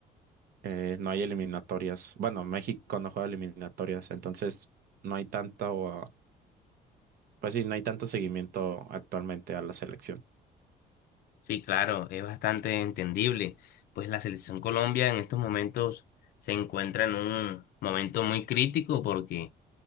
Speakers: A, on the right (about 65°); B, on the left (about 65°).
A: eh, no hay eliminatorias. Bueno, México no juega eliminatorias, entonces no hay tanto, ah, pues sí, no hay tanto seguimiento actualmente a la selección.
B: Sí, claro, es bastante entendible. Pues la selección Colombia en estos momentos se encuentra en un momento muy crítico porque